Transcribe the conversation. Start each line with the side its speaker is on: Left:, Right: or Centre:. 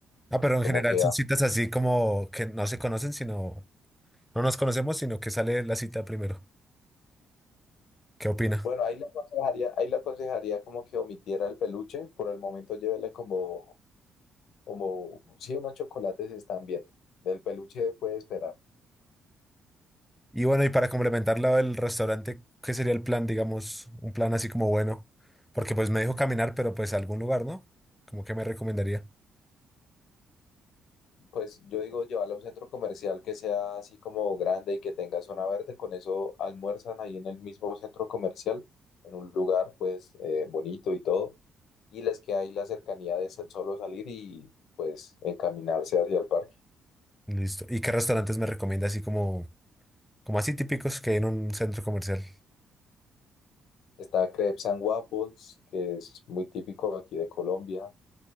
Centre: Ah, pero en
Left: como
Centre: general
Left: que,
Centre: son
Left: ah,
Centre: citas así como que no se conocen, sino... No nos conocemos, sino que sale la cita primero. ¿Qué opina?
Left: bueno, ahí le aconsejaría, ahí le aconsejaría como que omitiera el peluche, por el momento llévele como, como, sí, unos chocolates están bien, del peluche puede esperar.
Centre: Y bueno, y para complementarlo del restaurante, ¿qué sería el plan, digamos, un plan así como bueno? Porque pues me dijo caminar, pero pues a algún lugar, ¿no? Como que me recomendaría.
Left: Pues yo digo llevarla a un centro comercial que sea así como grande y que tenga zona verde, con eso almuerzan ahí en el mismo centro comercial, en un lugar pues eh, bonito y todo, y les queda ahí la cercanía de sa- solo salir y pues encaminarse hacia el parque.
Centre: Listo. ¿Y qué restaurantes me recomienda así como, como así típicos que hay en un centro comercial?
Left: Está Crepes and Waffles, que es muy típico aquí de Colombia.